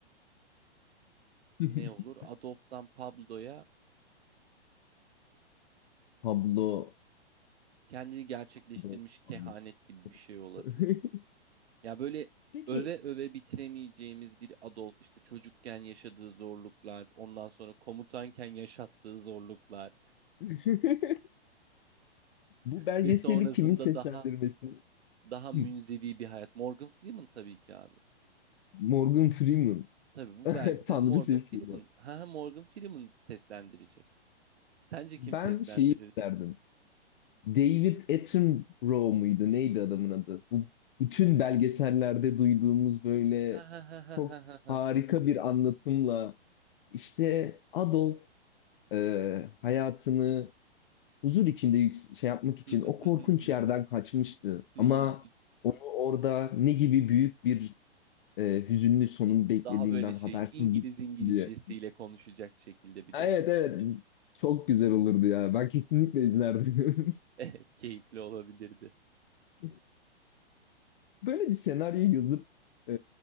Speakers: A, on the left (about 55°); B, on the right (about 80°).
A: <laughs>
B: ne olur? Adolf'dan Pablo'ya
A: Pablo
B: kendini gerçekleştirmiş
A: Adolf.
B: kehanet
A: Pablo.
B: gibi bir şey olabilir.
A: <laughs>
B: Ya böyle
A: Peki
B: öve öve bitiremeyeceğimiz bir Adolf işte çocukken yaşadığı zorluklar, ondan sonra komutanken yaşattığı zorluklar
A: <laughs> bu
B: <laughs>
A: belgeseli
B: ve sonrasında
A: kimin seslendirmesi?
B: daha daha münzevi
A: Hı,
B: bir hayat. Morgan Freeman tabii ki abi.
A: Morgan Freeman.
B: Tabii bu
A: <laughs>
B: belgeseli
A: Tanrı
B: Morgan
A: sesiyle.
B: Freeman, ha ha, Morgan Freeman seslendirecek. Sence
A: Ben
B: kim seslendirirdi?
A: şeyi isterdim. David Attenborough muydu? Neydi adamın adı? Bu bütün belgesellerde duyduğumuz böyle
B: Ha ha ha ha
A: çok
B: ha ha. ha.
A: harika bir anlatımla işte Adolf e, hayatını huzur içinde yüks- şey yapmak için
B: Hı hı
A: o
B: hı
A: korkunç
B: hı hı
A: yerden
B: hı
A: kaçmıştı.
B: hı
A: Ama
B: hı.
A: onu orada ne gibi büyük bir e, hüzünlü sonun beklediğinden
B: Daha böyle şey
A: habersiz
B: İngiliz
A: gitmişti
B: İngilizcesiyle
A: diye.
B: konuşacak şekilde bir
A: Evet
B: de.
A: evet çok güzel olurdu ya. Ben kesinlikle izlerdim.
B: <laughs> Evet, keyifli olabilirdi.
A: <laughs> Böyle bir senaryo yazıp e,